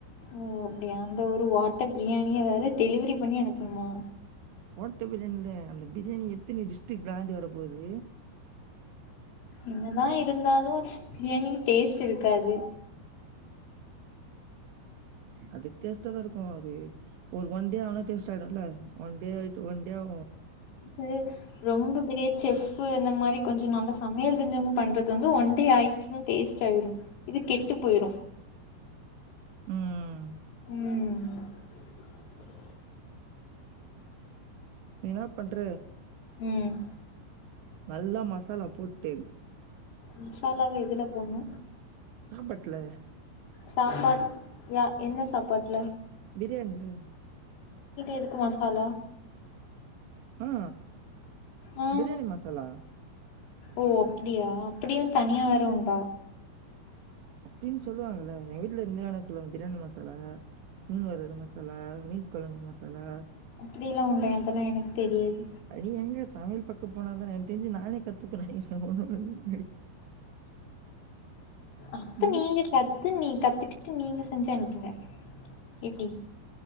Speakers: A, on the left (about 80°); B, on the right (about 70°).
A: ஓ அப்டியா அந்த ஒரு ஓட்ட பிரியாணிய வேற டெலிவரி பண்ணி அனுப்பணுமா
B: ஓட்ட பிரியாணில அந்த பிரியாணி எத்தினி டிஸ்டரிக் தாண்டி வரப்போது
A: என்னதா இருந்தாலு பிரியாணி டேஸ்ட் இருக்காது
B: அது டேஸ்ட்ட தா இருக்கு அது ஒரு ஒன் டே ஆனா டேஸ்ட் ஆயிடுல்ல ஒன் டே ஆயிட்டு ஒன் டே ஆ
A: இது ரொம்ப பெரிய செஃப்பு இந்த மாரி கொஞ்சோ நல்லா சமையல் தெரிஞ்சவங்க பண்றது வந்து ஒன் டே ஆயிடுச்சுன்னா டேஸ்ட் ஆயிரு இது கெட்டு போயிரு
B: ம்
A: ம்
B: என்னாப் பண்ற
A: ம்
B: நல்லா மசாலா போட்டு
A: மசாலாவ எதுல போடணு
B: சாப்ட்டல
A: சாப்பாட் யா என்ன சாப்பாட்டுல
B: பிரியாணில
A: எதுக்கு மசாலா
B: ஆ
A: ஆ
B: பிரியாணி மசாலா
A: ஓ அப்டியா அப்டியு தனியா வேற உண்டா
B: அப்டின்னு சொல்லுவாங்கல்ல எங்க வீட்டுல இது மாரி ஆனா சொல்லுவாங்க பிரியாணி மசாலா மீன் வருகற மசா லா மீன் கொழம்பு மசாலா
A: அப்டியெலா உண்ட அதெல்லா எனக்கு தெரியாது
B: நீ எங்க சமையல் பக்கம் போனா தானா எனக்குத் தெரிஞ்சு நானே கத்துப்ப நனகறே <unintelligible>
A: அப்ப
B: ம்
A: நீங்க கத்து நீ கத்துக்கிட்டு நீங்க செஞ்சு அனுப்புங்க எப்டி